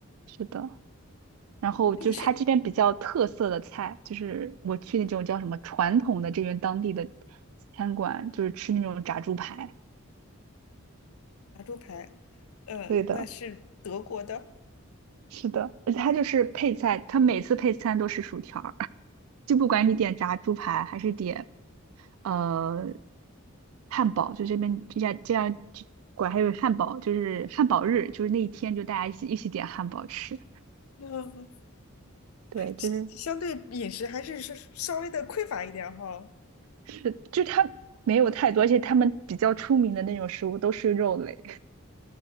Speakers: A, on the right; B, on the left.
A: 是的，然后就是它这边比较特色的菜，
B: 那你是
A: 就是我去那种叫什么传统的这边当地的餐馆，就是吃那种炸猪排。
B: 拿猪排，嗯，
A: 对的，
B: 那是德国的，
A: 是的，而且它就是配菜，它每次配餐都是薯条儿，<laughs> 就不管你点炸猪排还是点呃汉堡，就这边这家这样管还有汉堡，就是汉堡日，就是那一天就大家一起一起点汉堡吃。
B: 嗯，
A: 对，就是
B: 相对饮食还是是稍微的匮乏一点哈。
A: 是，就他没有太多，而且他们比较出名的那种食物都是肉类。